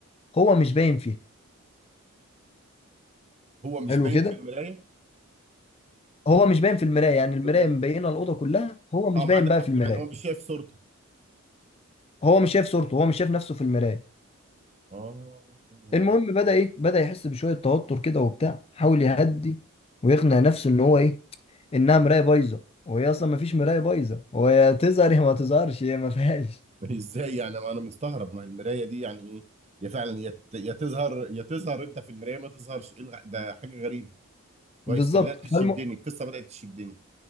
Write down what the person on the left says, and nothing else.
هو مش باين فيها
حلو
كده
هو مش باين في المرايه يعني المرايه
مبينه الاوضه كلها هو مش
باين
بقى في المرايه
هو مش شايف صورته هو مش شايف نفسه في المرايه
المهم بدا
ايه بدا يحس بشويه توتر كده وبتاع حاول يهدي
ويقنع نفسه ان هو ايه انها مرايه بايظه وهي اصلا ما فيش مرايه بايظه هو يا تظهر يا ما تظهرش هي ما فيهاش
بالظبط
فالم...